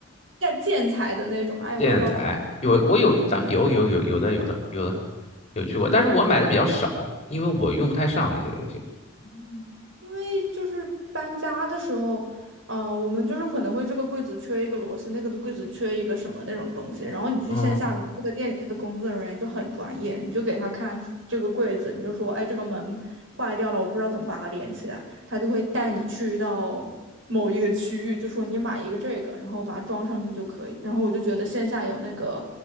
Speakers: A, on the right; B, on the left.
A: 建建材的那种，哎，
B: 建材，
A: 我也不知道怎么，
B: 有我有，但有有有有的有的有的有去过，
A: 就是
B: 但是我买的比较少，因为我用不太上那些东西。
A: 嗯，因为就是搬家的时候，呃，我们就是可能会这个柜子缺一个螺丝，那个的柜子缺一个什么那种东西，然后你去线下的这个店里面的工作人员就很专业，
B: 嗯，
A: 你就给他看这个柜子，你就说，哎，这个门坏掉了，我不知道怎么把它连起来，他就会带你去到某一个区域，就说你买一个这个，然后把它装上去就可以。然后我就觉得线下有那个